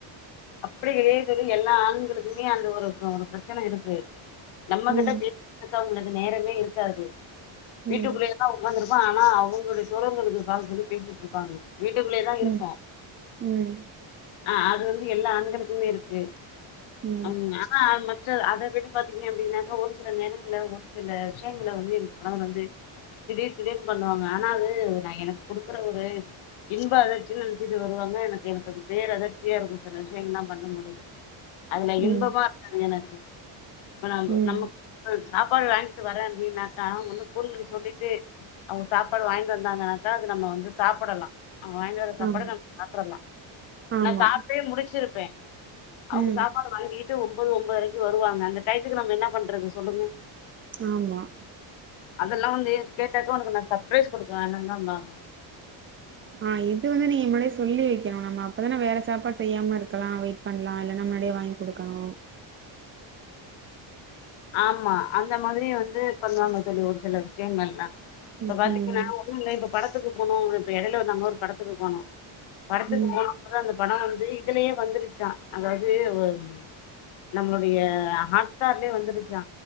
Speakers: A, on the left; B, on the right.
A: அப்டியே <unintelligible> எல்லா ஆண்களுக்குமே அந்த ஒரு ஒரு பிரச்சன இருக்கு நம்ம
B: ம்
A: கிட்ட பேசுறதுக்கு அவங்களுக்கு நேரமே இருக்காது
B: ம்
A: வீட்டுக்குள்ள தா உக்காந்துருப்போ ஆனா அவுங்ளுடைய தோழர்களுக்கு கால் பண்ணி பேசிட்ருப்பாங்க வீட்டுக்குள்ளே தா இருப்போ
B: ம் ம்
A: ஆ அது வந்து எல்லா ஆண்களுக்குமே இருக்கு
B: ம்
A: <unintelligible> சிஸ்டர் அத விட பாத்திங்க அப்டின்னாக்க ஒரு சில நேரங்கள்ல ஒரு சில விஷயங்கள வந்து எ கணவர் வந்து திடீர் திடீர்னு பண்ணுவாங்க ஆனா அது நா எனக்கு குடுக்குற ஒரு இன்ப அதிர்ச்சினு நெனசிட்டு வருவாங்க ஆனா எனக்கது பேரதிர்ச்சியா இருக்கு சில விஷயங்கல்லா பண்ணுபோது அதுல
B: ம்
A: இன்பமா இருக்காது எனக்கு இப்ப நம்ப
B: ம்
A: நம்ம சாப்பாடு வாங்கிட்டு வரான்டினாக்க ஒன்னு ஃபோன் பண்ணி சொல்லிட்டு அவுங்க சாப்பாடு வாங்கிட்டு வந்தாங்கன்னாக்க அது நம்ம வந்து சாப்டலா அவுங்க வாங்கி வர சாப்பாட
B: ஆமா
A: நம்ம சாப்டலா
B: ஆமா
A: நா சாப்ட்டே முடுச்சுருப்பே அவுங்க
B: ம்
A: சாப்பாடு வாங்கிகிட்டு ஒம்பது ஒம்பதரைக்கு வருவாங்கன்னு டயத்துக்கு நம்ம என்னா பண்றது சொல்லுங்க
B: ஆமா
A: அதல்லா வந்து கேட்டாக்க ஒனக்கு நா சப்ரைஸ் குடுக்க வான்டுவந்தேபாங்க
B: ஆ இது வந்து நீ முன்னாடியே சொல்லி வய்க்கணு நம்ம அப்பதான வேற சாப்பாடு செய்யாம இருக்கலா வீட் பண்லா இல்லனா முன்னாடியே வாங்கி குடுக்கணு
A: ஆமா அந்த மாதிரி வந்து பண்ணுவாங்க சொல்லி ஒரு சில விஷ்யங்கள்லா இப்ப
B: ம்
A: பாத்தீங்கன்னா ஒண்ணும் இல்ல இப்ப படத்துக்கு போகணு இப்ப எடேல வந்தாங்க ஒரு படத்துக்கு போனோ படத்துக்கு
B: ம் ம்
A: போய் அதா அந்த படோ வந்து இதுலயே வந்துருச்சா அதாவது ஒம் நம்மளுடைய ஹாட்ஸ்டார்லயே வந்துருச்சா